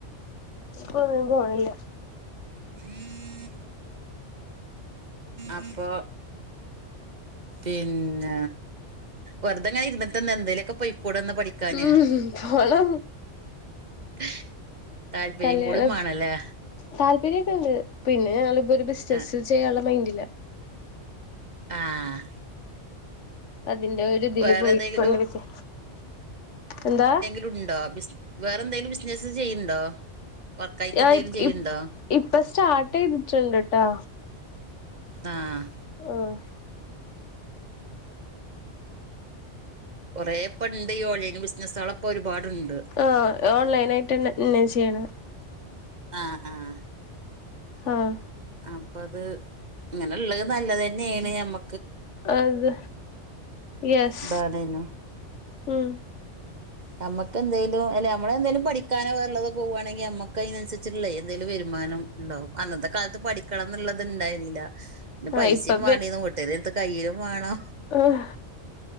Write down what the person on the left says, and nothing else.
ഇപ്പൊ ഒന്നിനും പോണില്ല
ഉം പോണം
കല്യാണം
താല്പര്യൊക്കെണ്ട് പിന്നെ അള് പ്പ ഒരു ബിസ്നസ്
ചെയ്യാള്ള മൈൻഡില
അതിന്റെ ഒര് തിതില്
പൊയ്ക്കൊണ്ടിരിക്ക
എന്താ
ആ
ഇപ്
ഇപ് ഇപ്പ സ്റ്റാർട്ടെയ്തിട്ടുണ്ടട്ടാ
ആഹ്
ആ ഓൺലൈനായിട്ട്ന്നെ ന്നെ ചെയ്യ്ണെ
ആഹ്
അത് യെസ്
ഉം
ആഹ്
ഇപ്പൊ
ആഹ്